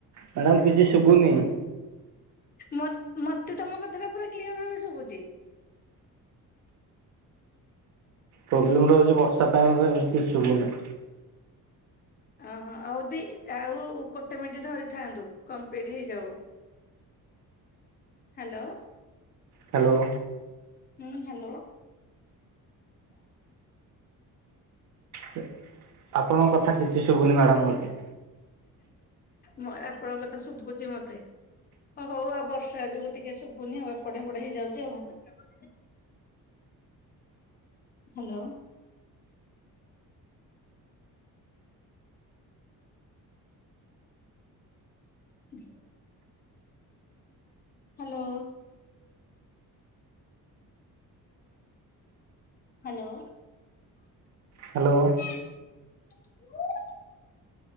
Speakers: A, on the right; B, on the left.
A: ମ୍ୟାଡ଼ାମ କିଛି ଶୁଭୁନି।
B: ମୋ ମୋତେ ତୋମ କଥା ଟା ପୁରା କ୍ଲିୟର୍ ଭାବେ ଶୁଭୁଛି।
A: ପ୍ରୋବ୍ଲେମ୍ ରହୁଚି ବର୍ଷା ଟାଇମ୍ ରେ କିଛି ଶୁଭୁନି।
B: ଓହୋ! ଆଉ ଦି ଆଉ ଗୋଟେ ମିନିଟ୍ ଧରିଥାନ୍ତୁ କମ୍ପ୍ଲିଟ୍ ହେଇଯାଉ। ହାଲୋ।
A: ହାଲୋ।
B: ହୁଁ, ହାଲୋ।
A: ସେ ଆପଣଙ୍କ କଥା କିଛି ଶୁଭୁନି ମ୍ୟାଡାମ୍ ମୋତେ।
B: ମୋ ଆପଣଙ୍କ କଥା ଶୁଭୁଚି ମୋତେ। ହୋ ହଉ ଆଉ ବର୍ଷା ଯୋଗୁ ଟିକେ ଶୁଭୁନି ଆଉ ଏପଟେ ସେପଟେ ହେଇଯାଉଚି ଆଉ। ହୋ ହାଲୋ। <unintelligible> ହାଲୋ। ହାଲୋ।
A: ହାଲୋ।
B: <unintelligible>